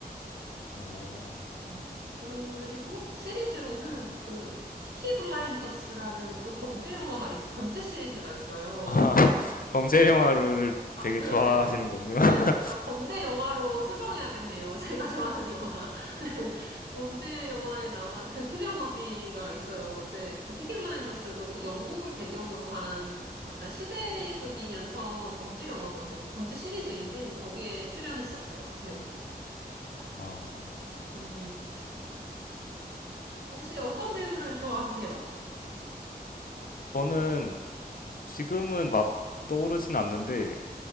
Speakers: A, on the left (about 60°); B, on the right (about 85°).
A: 오
B: 네. 그리고 시리즈로는 그 피키 블라인더스라는 또 범죄 영화가 있, 범죄 시리즈가 있어요.
A: <laughs> 아, 범죄 영화를 되게
B: 그러네요.
A: 좋아하시는군요. <laughs>
B: 네, 진짜 범죄 영화로 수정해야겠네요. <laughs> 제가 좋아하는 영화. <laughs> 네, 범죄 영화에 나와 그 킬리안 머피가 있어요. 이제 그 피키 블라인더스도 그 영국을 배경으로 한 약간 시대극이면서 범죄 영화거든, 범죄 시리즈인데 거기에 출연했었어요. 그 배우가. 네.
A: 어,
B: 네. 혹시 어떤 배우를 좋아하세요?
A: 저는 지금은 막 떠오르진 않는데